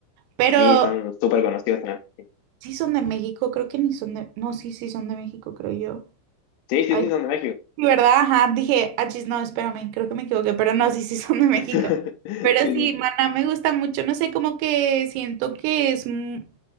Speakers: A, on the right (about 90°); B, on the left (about 75°).
A: pero
B: Sí, son súper conocidos en Argentina.
A: sí son de México, creo que ni son de... No, sí, sí son de México, creo yo.
B: Sí, sí,
A: Ay,
B: sí, son de México.
A: Sí, ¿verdad? Ajá, dije, achis, no, espérame, creo que me equivoqué, pero no, sí, sí son de México.
B: <laughs>
A: Pero
B: Sí, sí,
A: sí, Maná me gusta mucho, no sé, como que siento que es, un-